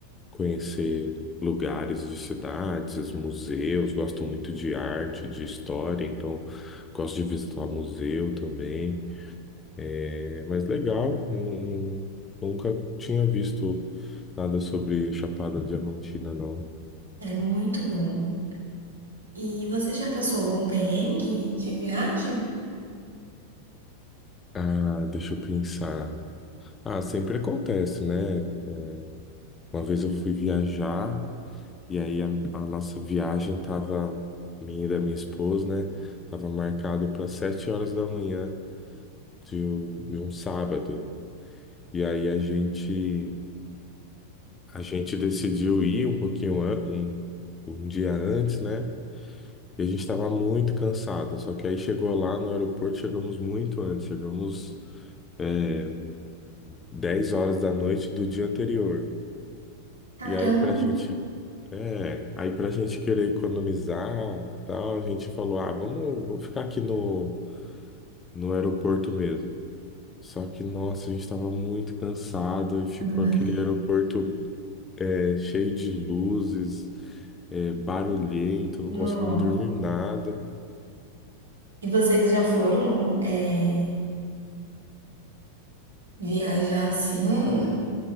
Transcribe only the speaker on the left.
conhecer lugares de cidades, museus, gosto muito de arte, de história, então gosto de visitar museu também. É, mas legal, hum, nunca tinha visto nada sobre Chapada Diamantina, não.
Ah, deixa eu pensar. Ah, sempre acontece, né? É, Uma vez eu fui viajar. E aí a, a nossa viagem tava, minha e da minha esposa, né? Tava marcado para sete horas da manhã de, um- de um sábado. E aí a gente a gente decidiu ir um pouquinho an- um, um dia antes, né? E a gente estava muito cansado. Só que aí chegou lá no aeroporto, chegamos muito antes, chegamos é, 10 horas da noite do dia anterior.
E aí pra gente, é, aí pra gente querer economizar, tal, a gente falou, ah, vamos, vamos ficar aqui no, no aeroporto mesmo. Só que, nossa, a gente estava muito cansado e ficou
aquele aeroporto é, cheio de luzes, é, barulhento, não
conseguimos dormir nada.